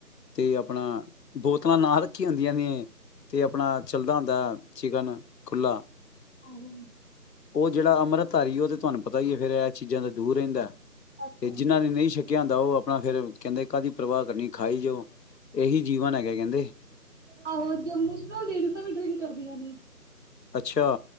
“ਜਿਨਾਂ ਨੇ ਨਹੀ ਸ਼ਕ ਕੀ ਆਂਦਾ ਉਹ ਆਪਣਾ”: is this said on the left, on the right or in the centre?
Left